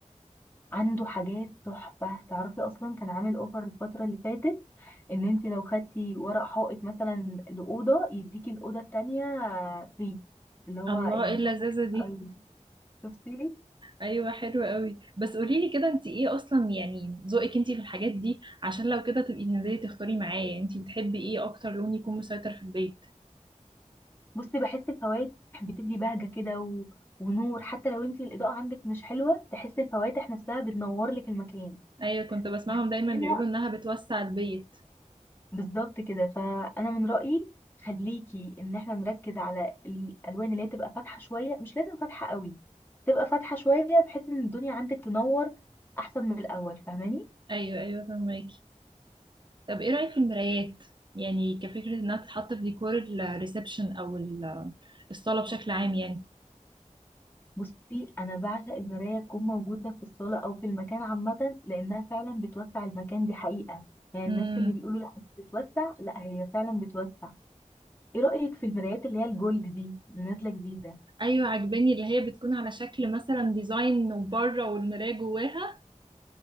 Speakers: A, on the left; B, on the right.
A: عنده حاجات تحفة تعرفي أصلا كان عامل أوفر الفترة اللي فاتت إن أنت لو خدتي ورق حائط مثلا لأوضة يديكي الأوضة التانية فري اللي هو
B: الله
A: يعني
B: ايه اللذاذة
A: أوفر
B: دي
A: حلو أوي شفتي
B: ايوه حلو قوي بس قولي لي كده انت ايه اصلا يعني ذوقك انت في الحاجات دي عشان لو كده تبقي تنزلي تختاري معايا يعني انت بتحبي ايه اكتر لون يكون مسيطر في البيت
A: بصي بحس الفواتح بتدي بهجة كده و... ونور حتى لو أنت الإضاءة عندك مش حلوة تحس الفواتح نفسها بتنور لك المكان
B: ايوه كنت بسمعهم
A: فاخدينها
B: دايما بيقولوا انها بتوسع البيت
A: بالظبط كده فانا من رايي خليكي ان احنا نركز على الالوان اللي هي تبقى فاتحه شويه مش لازم فاتحه قوي تبقى فاتحه شويه بحيث ان الدنيا عندك تنور احسن من الاول فاهماني
B: ايوه ايوه فهماكي طب ايه رايك في المرايات يعني كفكره انها تتحط في ديكور الريسبشن او ال- الصاله بشكل عام يعني
A: بصي انا بعشق المرايه تكون موجوده في الصاله او في المكان عامه لانها فعلا بتوسع المكان دي حقيقه يعني
B: امم
A: الناس اللي بيقولوا لا مش بتوسع لا هي فعلا بتوسع ايه رايك في المرايات اللي هي الجولد دي اللي نازله جديده
B: ايوه عجباني اللي هي بتكون على شكل مثلا ديزاين وبره والمرايه جواها